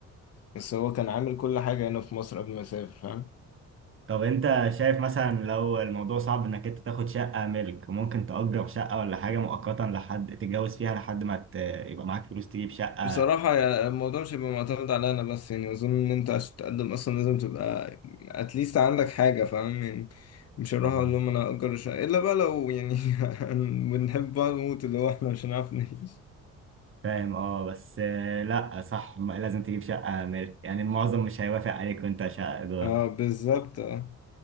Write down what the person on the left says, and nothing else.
بس هو كان عامل كل حاجة هنا في مصر قبل ما يسافر فاهم
بصراحة يا- الموضوع مش هيبقى معتمد على أنا بس يعني أظن إن أنت عشان تقدم أصلا لازم تبقى أتليست عندك حاجة فاهم يعني مش هروح
أقول لهم أنا هأجر شقة إلا بقى لو يعني <laughs> بنحب بعض موت اللي هو إحنا مش هنعرف نعيش
أه بالظبط أه